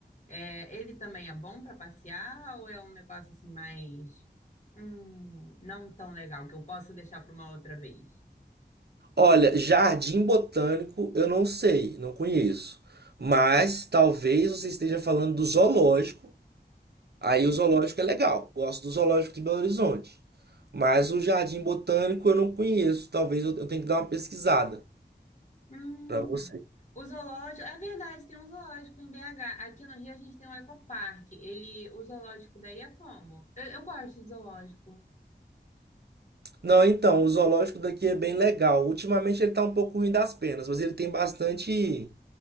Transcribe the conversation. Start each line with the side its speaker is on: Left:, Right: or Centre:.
Left: É, ele também é bom para passear ou é um negócio assim mais, hum, não tão legal que eu posso deixar para uma outra vez?
Right: Olha, Jardim Botânico eu não sei, não conheço. Mas talvez você esteja falando do zoológico Aí o zoológico é legal, gosto do zoológico de Belo Horizonte. Mas o Jardim Botânico eu não conheço, talvez eu, eu tenha que dar uma pesquisada
Left: Hum,
Right: para você.
Left: O zoológico, é verdade, tem um zoológico em BH. Aqui no Rio a gente tem um ecoparque. Ele, o zoológico daí é como? Eu, eu gosto de zoológico.
Right: Não, então, o zoológico daqui é bem legal. Ultimamente ele tá um pouco ruim das penas, mas ele tem bastante,